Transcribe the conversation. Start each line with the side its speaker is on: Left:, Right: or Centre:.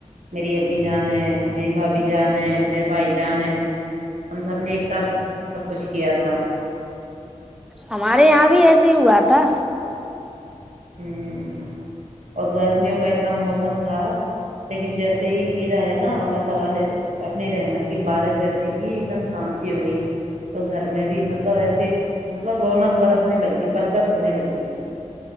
Right: میری امی جان ہے میری بھابھی جان ہے میرے بھائی جان ہے ہم سب نے ایک ساتھ سب کچھ کیا تھا
Centre: ہمارے یہاں بھی ایسے ہی ہوا تھا
Right: ہوں اور گرمیوں کا اتنا موسم تھا لیکن جیسے ہی اللہ تعالی نے اپنی رحمت کی بارش ایسی کی ایک دمتی ہو گئی تو گھر میں بھی مطلب ایسے مطلب رونق برسنے لگ گئی برکت ہونے لگتی